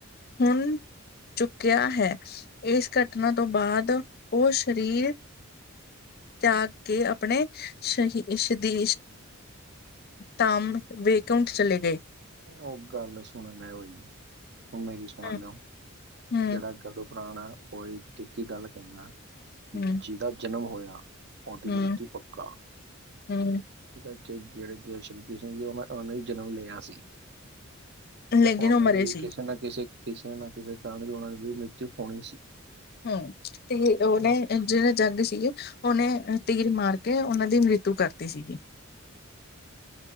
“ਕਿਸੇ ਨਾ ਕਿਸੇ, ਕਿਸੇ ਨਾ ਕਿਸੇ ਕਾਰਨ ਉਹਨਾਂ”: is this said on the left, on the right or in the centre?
Right